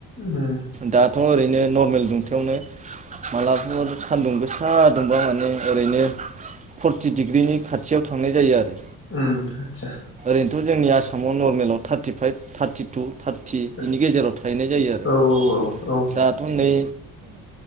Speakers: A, on the left (about 30°); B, on the right (about 20°).
A: ओम।
B: दाथ' ओरैनो नरमेल दुंथायावनो मालाबा। सान्दुं गोसा दुंबा माने। ओरैनो फर्टि डिग्रिनि। खाथियाव थांनाय जायो आरो।
A: उम आतसा।
B: बे थ जोंनि आसामाव नरमेलाव थार्टिफाइभ थार्टि टु फरथि
A: आतसा
B: बिनि गेजेराव थाहैनाय जायो आरो
A: औ औ
B: दाथ नै।